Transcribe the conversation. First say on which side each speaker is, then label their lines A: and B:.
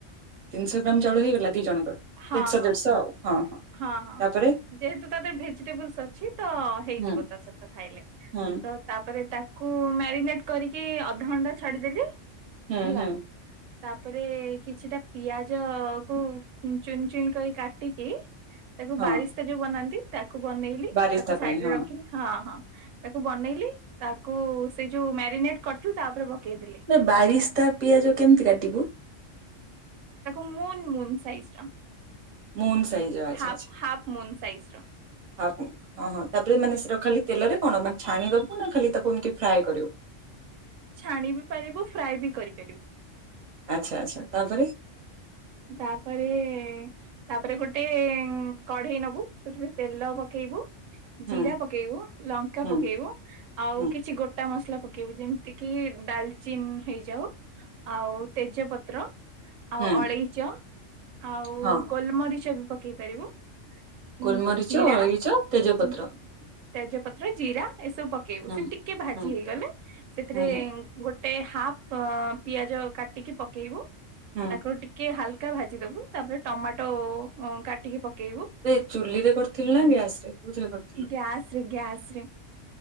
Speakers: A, on the right; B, on the right.
A: ତିନିଶହ ଗ୍ରାମ ଚାଉଳ ହେଇଗଲା ଦି ଜଣଙ୍କର
B: ହଁ
A: ଦେଢଶହ
B: ହଁ
A: ଦେଢଶହ ଆଉ ହଁ ହଁ।
B: ହଁ ହଁ
A: ତାପରେ
B: ଯେହେତୁ ତା ଦେହରେ ଭେଜିଟେବୁଲସ ଅଛି ତ ହେଇଯିବ
A: ହୁଁ
B: ତା ସହିତ ଖାଇଲେ।
A: ହୁଁ
B: ତାପରେ ତାକୁ ମ୍ୟାରିନେଟ କରିକି ଅଧଘଣ୍ଟା ଛାଡିଦେଲି
A: ହୁଁ
B: ହେଲା।
A: ହୁଁ
B: ତାପରେ କିଛିଟା ପିଆଜକୁ ଚୁନ୍ ଚୁନ୍ କରି କାଟିକି। ତାକୁ
A: ହଁ
B: ବାରିସ୍ତା ଯୋଉ ବନାନ୍ତି ତାକୁ ବନେଇଲି
A: ବାରିସ୍ତା
B: ତାକୁ
A: ପାଇଁ
B: ସାଇଡ
A: ହଁ
B: ରେ ରଖିଲି ହଁ ହଁ। ତାକୁ ବନେଇଲି ତାକୁ ସେ ଯୋଉ ମ୍ୟାରିନେଟ କରିଥିଲି ତା ଉପରେ ପକେଇଦଲି।
A: ବାରିସ୍ଥା ପିଆଜ କେମିତି କାଟିବୁ।
B: ତାକୁ ମୁନ୍ ମୁନ୍ ସାଇଜର
A: ମୁନ୍ ସାଇଜ ଆଚ୍ଛା
B: ହାପ
A: ଆଚ୍ଛା
B: ହାପ ମୁନ୍ ସାଇଜ ର।
A: ହଁ ହଁ ତାପରେ ମାନେ ସେଟାକୁ ଖାଲି ତେଲରେ କଣ ମାନେ ଛାଣିଦବୁ ନା ଖାଲି ତାକୁ ଏମତି ଫ୍ରାଏ କରିବୁ।
B: ଛାଣି ବି ପାରିବୁ ଫ୍ରାଏ ବି କରିପାରିବୁ।
A: ଆଚ୍ଛା ଆଚ୍ଛା ତାପରେ?
B: ତାପରେ ତାପରେ ଗୋଟେ କଢେଇ ନବୁ ସେଥିରେ ତେଲ ପକେଇବୁ। ଜିରା
A: ହୁଁ
B: ପକେଇବୁ ଲଙ୍କା
A: ହୁଁ
B: ପକେଇବୁ। ଆଉ
A: ହୁଁ
B: କିଛି ଗୋଟା ମସଲା ପକେଇବୁ ଯେମିତି କିି ଡାଲଚିନ୍ ହେଇଯାଉ। ଆଉ ତେଜପତ୍ର। ଆଉ
A: ହୁଁ
B: ଅଳେଇଚ ଆଉ
A: ହଁ
B: ଗୋଲମରିଚ ବି ପକେଇ ପାରିବୁ। ହୁଁ
A: ଗୋଲମରିଚ
B: ଜିର
A: ଅଳେଇଚ ତେଜପତ୍ର
B: ଜି। ତେଜ ପତ୍ର ଜିରା ଏସବୁ ପକେଇବୁ
A: ହୁଁ
B: ସେ ଟିକେ ଭାଜି
A: ହୁଁ
B: ହେଇଗଲେ ସେଥିରେ
A: ହୁଁ ହୁଁ
B: ଗୋଟେ ହାଫ୍ ପିଆଜ କାଟିକି ପକେଇବୁ।
A: ହୁଁ
B: ତାକୁଟିକେ ହାଲକା ଭାଜିଦବୁ ତାପରେ ଟମାଟୋ କାଟିକି ପକେଇବୁ।
A: ବେ ଚୁଲିରେ କରିଥିଲି ନା ଗ୍ୟାସ୍ ରେ କଉଥିରେ କରିଥିଲି?
B: ଗ୍ୟାସ୍ ରେ ଗ୍ୟାସ୍ ରେ।